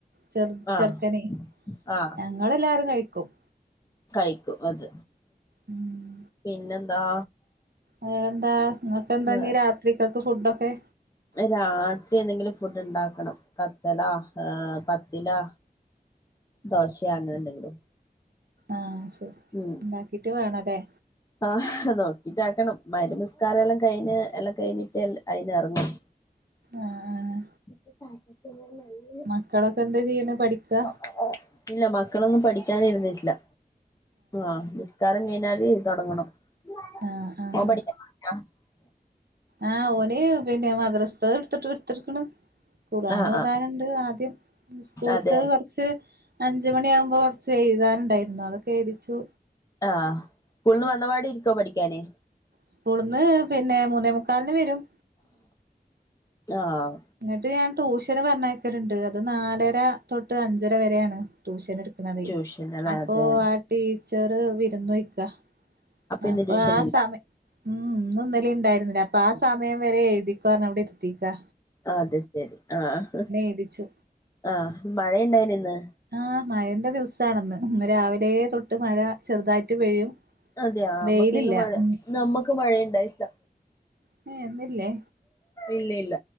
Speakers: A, on the right; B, on the left.
A: ചെറുത്
B: ആഹ്
A: ചെറുക്കനെ
B: ആഹ്
A: ഞങ്ങളെല്ലാരും കഴിക്കും
B: കഴിക്കും അത്.
A: ഉം
B: പിന്നെന്താ
A: പിന്നെന്താ ഇങ്ങക്ക് എന്താ
B: വേറെ
A: ഇഞ് രാത്രികക്ക് ഫുഡൊക്കെ
B: രാത്രി എന്തെങ്കിലും ഫുഡ് ഉണ്ടാക്കണം. കത്തലാ ഏ പത്തിലാ ദോശെ അങ്ങനെ എന്തെങ്കിലും
A: ആഹ് ശരി
B: ഉം
A: ഇണ്ടാക്കിട്ട് വേണല്ലേ
B: ആഹ് നോ റ്റാട്ടാക്കണം മഹ് രിബ് നിസ്കാരം എല്ലാം കഴിഞ്ഞ് എല്ലം കഴിഞ്ഞിട്ട് അതിന് ഇറങ്ങണം
A: ആഹ് ആഹ്
B: <unintelligible>
A: മക്കളൊക്കെ എന്താ ചെയ്യണ് പഠിക്കാ
B: ഇല്ല മക്കളൊന്നും പഠി ക്കാന് ഇരുന്നിട്ടില്ല. ആഹ് നിസ്കാരം കഴിഞ്ഞാല് തുടങ്ങണം <unintelligible>
A: ആഹ് ആഹ് ആഹ് ഓന് പിന്നെ മദ്രസ്ത്തത് എടുത്തിട്ട് കൊടുത്ക്ണ് കുറാന്
B: ആഹ്
A: ഓതാന്
B: ആഹ്
A: ണ്ട് ആദ്യം. സ്കൂള്ത്തത്
B: അതെ
A: കുറച്ച് അഞ്ച മണിയാകുമ്പോ കൊർ ച്ചെഴ് താന് ഉണ്ടായിരുന്നു അതൊക്കെ എഴുതിച്ചു
B: ആഹ് സ്കൂൾന്ന് വന്നപാടെ ഇരിക്കുവോ പഠിക്കാന്
A: സ്കൂൾന്ന് പിന്നെ മൂന്നേമുക്കാലിന്ന് വരും
B: ആഹ്
A: ഇങ്ങട്ട് ഞാൻ ട്യൂഷന് പറഞ്ഞയക്കലണ്ട്. അത് നാലര തൊട്ട് അഞ്ചര വരെയാണ് ട്യൂഷൻ ഇട് ക്ക്ണത്.
B: ട്യൂഷൻ അല്ലെ
A: അപ്പൊ
B: അതെ
A: ആ ടീച്ചറ് വിരുന്ന് പോയ്ക്കാ അപ്പൊ
B: ഇന്ന് ട്യൂഷൻ
A: ആ
B: ഇല്ല
A: സമയ ഉം ഇന്നും ഇന്നലിം ഉണ്ടായിരുന്നില്ല അപ്പൊ ആ സമയം വരെ എഴുതിക്കൊ ർഞ് ഇവിടെ ഇരിത്തിക്കാ
B: അത് ശെരി ആഹ്
A: എഴുതിച്ചു
B: ആഹ് മഴണ്ടായിന് യൊ ഇന്ന്
A: ആഹ് മഴന്റെ ദിവസാണ്ന്ന്. ഇന്ന് രാവിലെ തൊട്ട് മഴ ചെറുതായിട്ട് പെയ്യും
B: അതെ യൊ. നമ്മുക്ക്
A: വെയിലില്ല
B: ഇന്ന് മഴ
A: ഉം
B: നമ്മുക്ക് മഴയുണ്ടായിട്ട്ല്ല
A: ഹേ ഇന്നില്ലേ
B: ഇല്ലില്ല